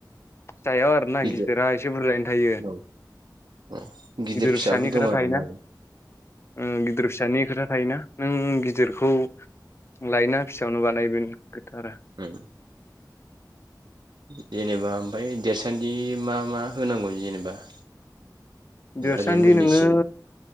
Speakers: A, on the left; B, on the right.
A: सायाव आरो ना
B: गिदिर
A: गिदिरा एसे बुर्जायैनो थायो
B: औ औ
A: गिदिर
B: फिसाबो
A: फिसानि
B: दं
A: खोथा
B: आरोना
A: थायोना
B: औ
A: उम गिदिर फिसानि खोथा थायोना नों गिदिरखौ लायोना फिसायावनो बानायो बे नोंनि खोथा आरो
B: ओम जेनेबा ओमफाय देरसान्दि मा मा होनांगौ जेनेबा <inaudible>
A: देरसान्दि
B: ओरै मेडिसिन
A: नोङो